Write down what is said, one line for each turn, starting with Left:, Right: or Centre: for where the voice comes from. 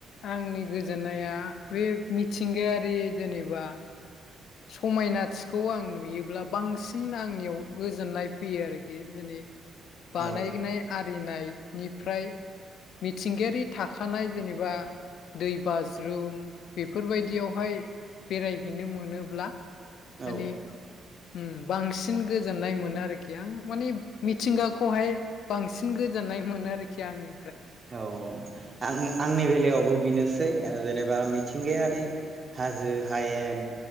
Left: आंनि गोजोननाया बे मिथिंगायारि जेनेबा समायनाथिखौ आं नुयोब्ला बांसिन आंनियाव गोजोननाय फैयो आरोखि जेनै बानायनाय
Right: औ
Left: आरिनायनि ओमफ्राय मिथिंगायारि थाखानाय जेनेबा दै बाज्रुम बेफोरबायदियावहाय बेरायहैनो मोनो ब्ला
Right: औ
Left: आनि उम बांसिन गोजोननाय मोनो आरोखि आं माने मिथिंगाखौहाय बांसिन गोजोननाय मोनो आरोखि आंनि
Right: औ आं आंनि बेलायावबो बेनो बै ओ जेनेबा मिथिंगायारि हाजो हायेन